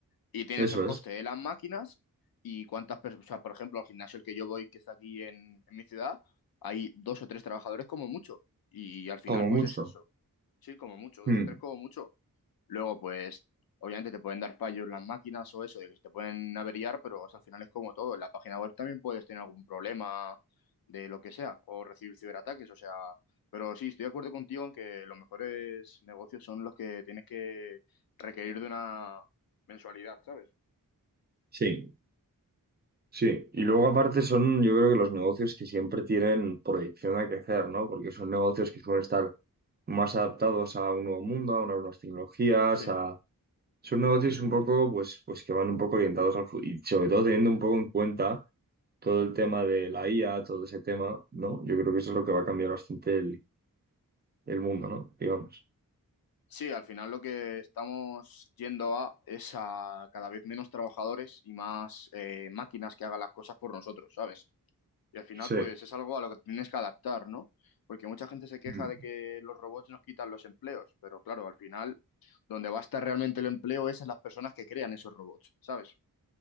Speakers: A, on the left; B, on the right.
A: Y tienes
B: Eso
A: el coste
B: es,
A: de las máquinas y cuántas personas, o sea, por ejemplo, al gimnasio el que yo voy, que está aquí en, en mi ciudad, hay dos o tres trabajadores como mucho. Y al final,
B: como
A: pues
B: mucho.
A: es eso. Sí, como mucho, dos
B: Mm.
A: o tres como mucho. Luego, pues, obviamente te pueden dar fallos las máquinas o eso, de que se te pueden averiar, pero o sea, al final es como todo. En la página web también puedes tener algún problema de lo que sea, o recibir ciberataques, o sea. Pero sí, estoy de acuerdo contigo en que los mejores negocios son los que tienes que requerir de una mensualidad, ¿sabes?
B: Sí. Sí, y luego aparte son, yo creo que los negocios que siempre tienen proyección a crecer, ¿no? Porque son negocios que suelen estar más adaptados a un nuevo mundo, a unas nuevas tecnologías,
A: Sí,
B: a... Son negocios un poco, pues, pues que van un poco orientados al futuro, y sobre todo teniendo un poco en cuenta todo el tema de la IA, todo ese tema, ¿no? Yo creo que eso es lo que va a cambiar bastante el, el mundo, ¿no? Digamos.
A: sí, al final lo que estamos yendo a es a cada vez menos trabajadores y más eh, máquinas que hagan las cosas por nosotros, ¿sabes? Y al final,
B: Sí.
A: pues es algo a lo que tienes que adaptar, ¿no? Porque mucha gente se queja
B: Mm.
A: de que los robots nos quitan los empleos, pero claro, al final, donde va a estar realmente el empleo es en las personas que crean esos robots, ¿sabes?